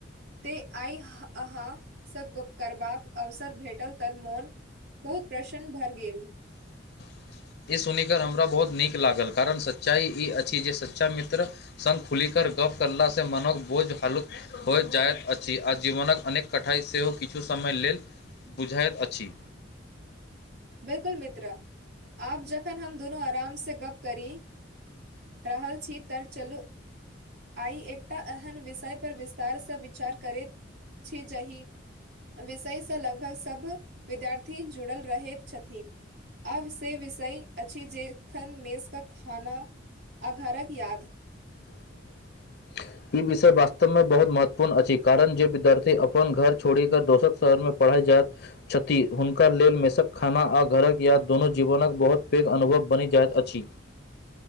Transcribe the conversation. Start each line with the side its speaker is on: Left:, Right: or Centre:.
Right: ते आइ अहाँसँ गुप करबाक अवसर भेटल तऽ मोन बहुत प्रशन्न भरि गेल
Left: <unintelligible> ई सुनिकर हमरा बहुत नीक लागल कारण सच्चाइ ई अछि जे सच्चा मित्र संघ खुलि कऽ गप कला से मनक बोझ हलुक हो जाइत अछि आ जीवनक अनेक कठिनाई सेहो किछु समय लेल बुझैत अछि
Right: बिलकुल मित्र आप जखन हम दुनू आराम से गप करी रहल छी तऽ चलू आइ एकटा एहन विषय पर विस्तारसँ विचार करैत छी जाहि विषय से लगभग सब विद्यार्थी जुड़ल रहे छथि आब से विषय अच्छी जखन मेज का खाना आ घरक याद
Left: <unintelligible> ई विषय वास्तवमे बहुत महत्वपूर्ण अछि कारण जे विद्यार्थी अपन घर छोड़ि क दोसर शहरमे पढ़ पढ़य जाइत छथि हुनका लेल मेसक खाना आ घरक याद दुनू जीवनक बहुत पैघ अनुभव बनि जाइत अछि